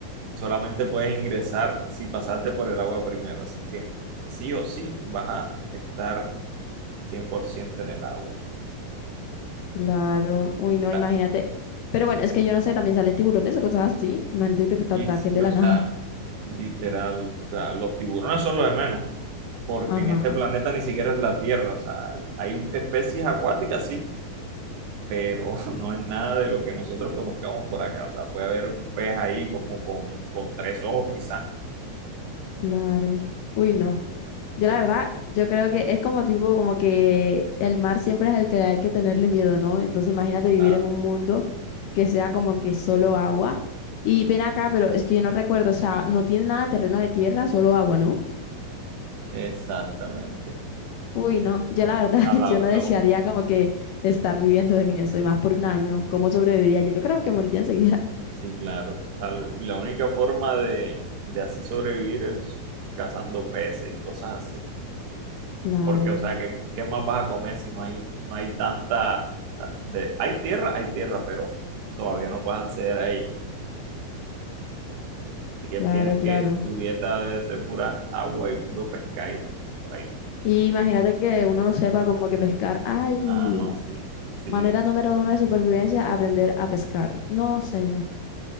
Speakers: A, on the right; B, on the left.
A: solamente puedes ingresar si pasaste por el agua primero. Así que sí o sí vas a estar 100% en el agua.
B: claro. Uy,
A: Y,
B: no,
A: la-
B: imagínate. Pero bueno, es que yo no sé, también salen tiburones o cosas así. Imagínate que te te
A: y
B: ataquen
A: sí,
B: de
A: o
B: la
A: sea,
B: nada.
A: literal, o sea, los tiburones son lo de menos. porque
B: Ajá,
A: en este planeta ni siquiera es la Tierra. O sea, hay, hay especies acuáticas, sí, pero <laughs> no es nada de lo que nosotros conozcamos por acá. O sea, puede haber un pez ahí como con, con tres ojos quizás.
B: claro. Uy, no. Yo
A: Qué
B: la verdad,
A: miedo,
B: yo creo que es como tipo, como que el mar siempre es el que hay que tenerle miedo, ¿no? Entonces imagínate vivir
A: claro.
B: en un mundo que sea como que solo agua. Y ven acá, pero es que yo no recuerdo, o sea, no tiene nada de terreno de tierra, solo agua, ¿no?
A: Exactamente.
B: Uy, no, yo la verdad, <laughs>
A: La- la-
B: yo no desearía
A: lo-
B: como que estar viviendo en eso, y más por un año, ¿cómo sobreviviría? Yo creo que moriría enseguida. <laughs>
A: sí, claro. O sea, la única forma de, de así sobrevivir es cazando peces y cosas así.
B: Claro,
A: Porque, o sea, ¿qué, qué más vas a comer si no hay, no hay tanta... o sea, de, hay tierra, hay tierra, pero todavía no puedes acceder a ella. Así que
B: claro,
A: tienes
B: claro.
A: que, tu dieta debe ser pura agua y puro pescadito por ahí.
B: Y imagínate que uno no sepa como que pescar. Ay,
A: Ah, no, sí, sí,
B: Manera número
A: también.
B: uno de supervivencia, aprender a pescar. No, señor.